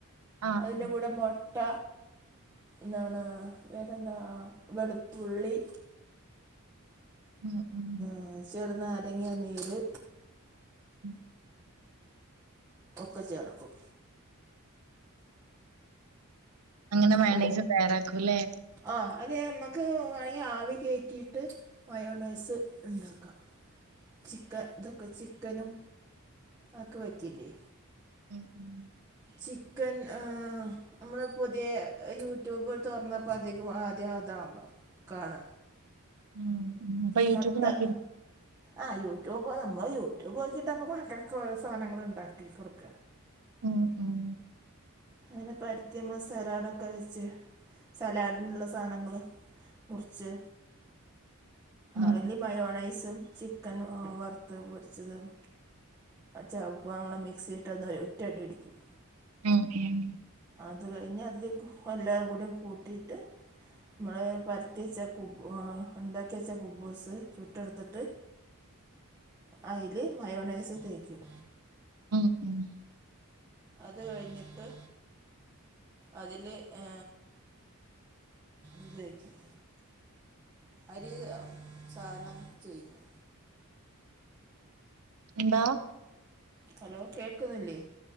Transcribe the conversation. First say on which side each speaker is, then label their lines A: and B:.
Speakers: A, on the right (about 80°); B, on the right (about 15°).
A: ആഹ്
B: അതിന്റെ
A: ആഹ്
B: കൂടെ മൊ- ട്ട എന്താണ് വേറെന്താ വെളുത്തുള്ളി
A: ഉം ഉം
B: ആ ചെറുനാരങ്ങ നീര്
A: ഉം
B: ഒക്കെ ചേർക്കും
A: അങ്ങനെ മയോണൈസും
B: ഓ
A: തയ്യാറാക്കുംല്ലേ
B: ആ അത് നമ്മക്ക് വാണെങ്കി ആവികേറ്റീട്ട് മയോണൈസ് ഇണ്ടാക്ക. ചിക്ക ഇതൊക്കെ ചിക്കനും ആക്കി വെക്കില്ലേ
A: ഉം ഉം
B: ചിക്കൻ ആഹ് നമ്മള് പുതിയ യൂട്യൂബ് തൊറന്നപ്പോ അധികം ആദ്യം അതാ വന്നേ കാണ
A: ഉം ഉം അപ്പൊ യൂട്യൂബ്
B: മൊട്ട
A: നോക്കി
B: ആ യൂട്യൂബ് നമ്മള് യൂട്യൂബ് നോക്കീട്ടപ്പ മക്കക്ക് ഓരോ സാനങ്ങള് ഉണ്ടാക്കി കൊടുക്ക.
A: ഉം ഉം
B: അങ്ങനെ പരത്തി നമ്മള് സലാഡൊക്കെ വെച്ച് സലാഡിനുള്ള സാനങ്ങള് മുറിച്ച്
A: ഉം
B: അയ്ല് മയോണൈസും ചിക്കൻ വറുത്ത് പൊരിച്ചതും ചെല്പം നമ്മളെ മിക്സില്ട്ട് ഒന്ന് ഒറ്റ അടി അടിക്കും.
A: ഉം ഉം
B: അത് കഴിഞ്ഞ അതിലേക്ക് എല്ലാം കൂടിം കൂട്ടിട്ട് നമ്മള് പരത്തി വെച്ച കുബ് ഏ ഉണ്ടാക്കി വെച്ച കുബ്ബൂസ് ചുട്ടെടുത്തിട്ട് അയില് മയോണൈസ് തേക്കും
A: ഉം ഉം.
B: അത് കഴിഞ്ഞിട്ട് അതില് ഏ ഇത് തേക്കും അരി സാനം ചെയ്യും.
A: എന്തോ?
B: ഹലോ, കേക്കുന്നില്ലേ?